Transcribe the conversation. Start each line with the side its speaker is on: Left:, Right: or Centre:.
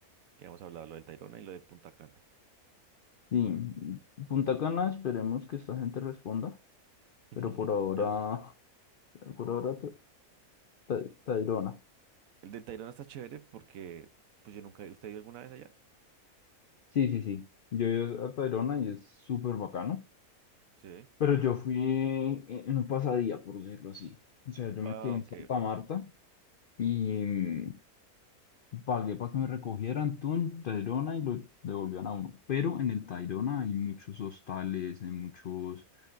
Right: Que hemos hablado, lo del Tayrona y lo de Punta Cana.
Left: Sí, Punta Cana, esperemos que esta gente responda,
Right: <laughs>
Left: pero por ahora,
Right: Es-
Left: por ahora Ta- Ta- Tayrona.
Right: El del Tayrona está chévere porque... Pues yo nunca... he- ¿Usted ha ido alguna vez allá?
Left: Sí, sí, sí. Yo he ido a Tayrona y es súper bacano,
Right: Sí.
Left: pero yo fui en, en un pasadía, por decirlo así. O sea, yo
Right: Ah,
Left: me quedé en
Right: ok,
Left: Santa
Right: ok.
Left: Marta y, Pagué para que me recogieran Tun, Tayrona y lo devolvían a uno. Pero en el Tayrona hay muchos hostales, hay muchos,